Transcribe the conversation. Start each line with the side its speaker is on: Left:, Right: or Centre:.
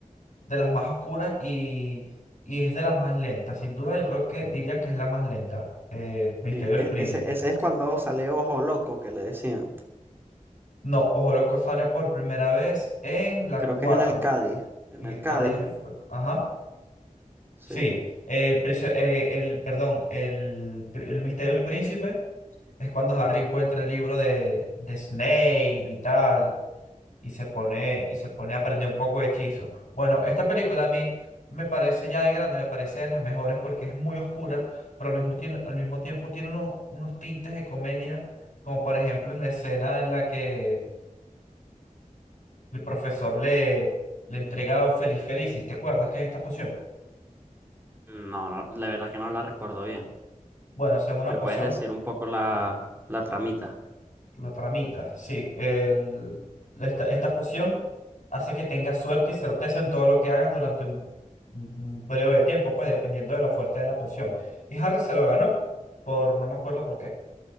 Left: de las más oscuras y, y es de las más lentas. Sin duda, yo creo que diría que es la más lenta, eh, Misterio
Right: Sí,
Left: del
Right: e-
Left: Príncipe.
Right: ese, ese es cuando sale Ojo Loco que le decían,
Left: No, Ojo Loco sale por primera vez en la
Right: creo
Left: 4
Right: que es en el Cádiz, en
Left: en
Right: el
Left: el
Right: Cádiz,
Left: Cádiz de
Right: ¿no?
Left: Fuego. Ajá.
Right: Sí.
Left: Sí, el, prisio- eh, el, perdón, el, pri- el Misterio del Príncipe Es cuando Harry encuentra el libro de, de Snape y tal, y se pone, y se pone a aprender un poco de hechizo. Bueno, esta película a mí me parece ya de grande, me parece de las mejores porque es muy oscura, pero al mismo, tiene- al mismo tiempo tiene unos, unos tintes de comedia, como por ejemplo en la escena en la que el profesor le, le entrega un Feliz Felicis, ¿te acuerdas que es esta poción?
Right: No, no, la verdad que no la recuerdo bien.
Left: Bueno, esa es una
Right: ¿Me
Left: poción
Right: puedes decir un poco la, la tramita?
Left: La tramita, sí. El, esta, esta poción hace que tengas suerte y certeza en todo lo que hagas durante un, un- un periodo de tiempo, pues dependiendo de lo fuerte de la poción. Y Harry se lo ganó, por no me acuerdo por qué.